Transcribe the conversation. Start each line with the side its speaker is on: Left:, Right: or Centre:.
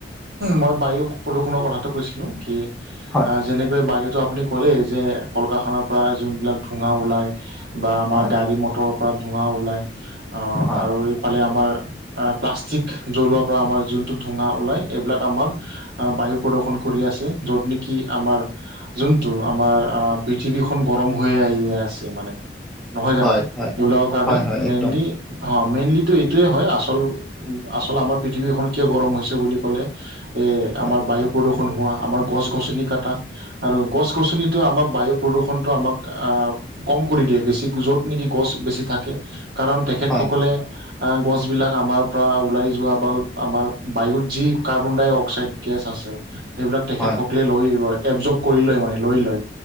Right: মই বায়ু প্ৰদূষণৰ কথাটো কৈছিলো কি
Centre: হয়
Right: যেনেকৈ বায়ুতটো আপুনি ক'লেই যে কলকাৰখানাৰ পৰা যোনবিলাক ধোঙা ওলায় বা আমাৰ
Centre: হয়
Right: গাড়ী মটৰ পৰা ধোৱা ওলাই আহ
Centre: হয়
Right: আৰু এই ফালে আমাৰ প্লাষ্টিক জ্বলোৱাৰ পৰা আমাৰ যোনটো ধোঙা ওলাই এইবিলাক আমাক আহ বায়ু প্ৰদৰ্শন কৰি আছে য'ত নেকি আমাৰ যোনটো আমাৰ আহ পৃথিৱীখন গৰম হৈয়ে আহে আছে মানে। নহয় জানো
Centre: হয় হয়
Right: এইবিলাকৰ কৰণে
Centre: হয় হয়
Right: মেনল্লী
Centre: একদম
Right: অ মেনল্লী কিন্তু এইটোৱে হয় আচল আচল আমাৰ পৃথিৱীখন কিয় গৰম হৈছে বুলি ক'লে এ
Centre: হয়
Right: আমাৰ বায়ু প্ৰদূষন হোৱা আমাৰ গছ গছনি কটা আৰু গছ গছনিতটো আমাক বায়ু প্ৰদূষণটো আমাক কম কৰি দিয়ে বেছি য'ত নেকি গছ বেছি থাকে কাৰণ তেখেতসকলে
Centre: হয়
Right: গছবিলাক আমাৰ পৰা ওলাই যোৱা বা আমাৰ বায়ুত যি কাৰ্বন ডাই অক্সাইড গেছ আছে। সেইবিলাক তেখেতসকলে
Centre: হয়
Right: লৈ লয় এবজভ কৰি লয় মানে লৈ লয়